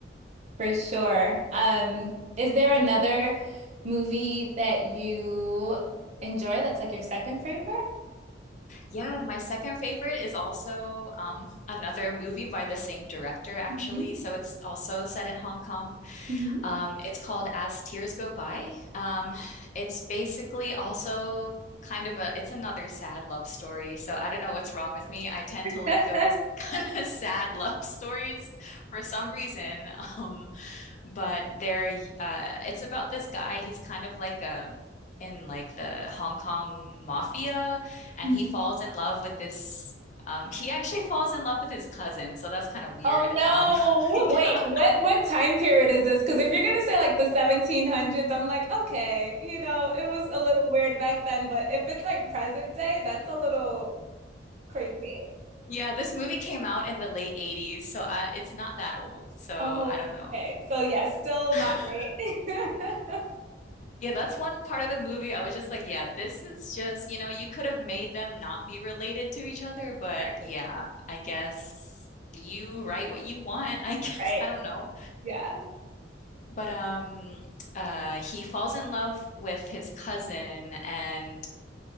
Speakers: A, on the right; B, on the left.
A: For sure. Um, is there another movie that you enjoy that's like your second favorite?
B: Yeah, my second favorite is also um, another movie by the same director, actually.
A: Mhm,
B: So it's also set in Hong Kong.
A: mhm.
B: Um, it's called As Tears Go By. Um, it's basically also kind of a, it's another sad love story. So I don't know what's wrong with me. I tend to like
A: <laughs>
B: those <laughs> kind of sad love stories for some reason. Um, but they're uh, it's about this guy. He's kind of like a in like the Hong Kong mafia, and
A: Mhm.
B: he falls in love with this. Um, he actually falls in love with his cousin, so that's kind of weird.
A: Oh
B: Um, <laughs> yeah,
A: no. Wait, what what time period is this? Because if you're gonna say like the 1700s, I'm like, okay, you know, it was a little weird back then, but if it's like present day, that's a little crazy.
B: yeah. This movie came out in the late '80s, so I, it's not that old. So
A: Oh,
B: I don't know.
A: okay. So yeah, still
B: <laughs>
A: not great. <laughs>
B: Yeah, that's one part of the movie. I was just like, yeah, this is just, you know, you could have made them not be related to each other, but
A: Right.
B: yeah, I guess you write what you want. <laughs> I guess
A: Right.
B: I don't know.
A: Yeah.
B: But um uh he falls in love with his cousin and